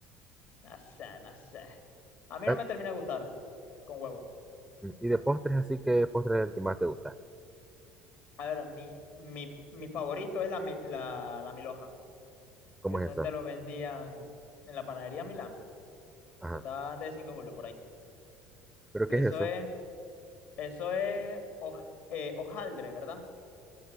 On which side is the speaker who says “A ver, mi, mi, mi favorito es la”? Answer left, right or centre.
Left